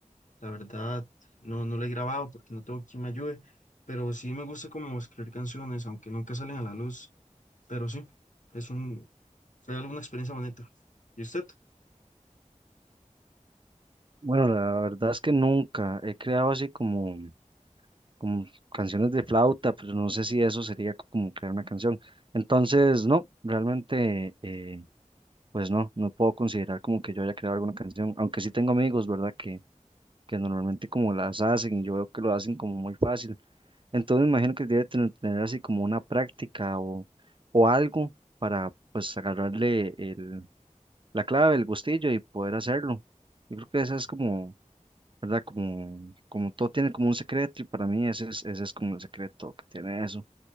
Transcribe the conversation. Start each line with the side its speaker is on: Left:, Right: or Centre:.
Left: La verdad, no, no lo he grabado porque no tengo quien me ayude, pero sí me gusta como escribir canciones, aunque nunca salen a la luz. Pero sí, es un, fue alguna experiencia bonita. ¿Y usted?
Right: Bueno, la verdad es que nunca he creado así como, como canciones de flauta, pero no sé si eso sería como crear una canción. Entonces, no, realmente eh, pues no, no puedo considerar como que yo haya creado alguna canción, aunque sí tengo amigos, ¿verdad? Que, que normalmente como las hacen y yo veo que lo hacen como muy fácil. Entonces me imagino que debe tener, tener así como una práctica o, o algo para pues agarrarle el, la clave, el gustillo y poder hacerlo. Yo creo que esa es como, ¿verdad? Como, como todo tiene como un secreto y para mí ese es, ese es como el secreto que tiene eso.